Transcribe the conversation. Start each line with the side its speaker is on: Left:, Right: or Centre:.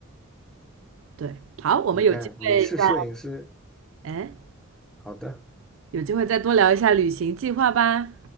Right: 对，好，我们有机会再
Centre: 你看，你是摄影师，
Right: 哎，
Centre: 好的。
Right: 有机会再多聊一下旅行计划吧。